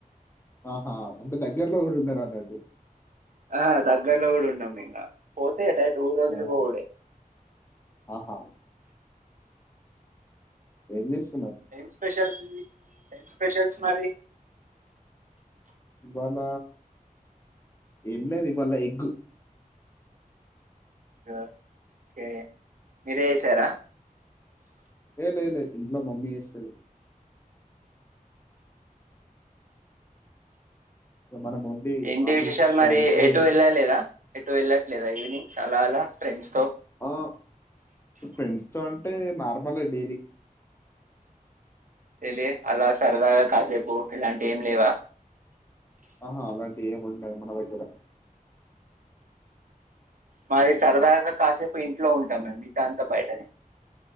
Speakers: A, on the left; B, on the right.
A: ఆహా అంటే దగ్గరలో గుడా ఉండరు అన్నట్టు
B: ఆ దగ్గర్లో గుడా ఉండం ఇంగ పోతే అంతే డైరెక్ట్ ఊరు వదిలిపోవుడే
A: ఆహా ఆహా ఏం చేస్
B: ఏం స్పెషల్స్ ఏం స్పెషల్స్ మరి
A: ఇవాళ ఏం లేదు ఇవాళ ఎగ్
B: ఎగ్గా ఓకే మీరే చేశారా
A: ఏ లే లే లేదు ఇంట్లో మమ్మీ చేస్తది ఇగ మనం ఓన్లీ
B: ఏంటి
A: నాన్
B: విశేషాలు
A: వెజ్
B: మరి
A: అంటే
B: ఎటు వెళ్ళలేదా ఎటు వెళ్లట్లేదా ఈవినింగ్స్ అలా అలా ఫ్రెండ్స్ తో
A: ఆ ఫ్రెండ్స్ తో అంటే నార్మలే డైలీ
B: ఎల్లి అలా సరదాగా కాసేపు ఇలాంటివి ఏం లేవా
A: ఆహా అలాంటివి ఏముండవు మన దగ్గర
B: మరీ సరదాగా కాసేపు ఇంట్లో ఉంటాం మేం మీతాదంతా బయటనే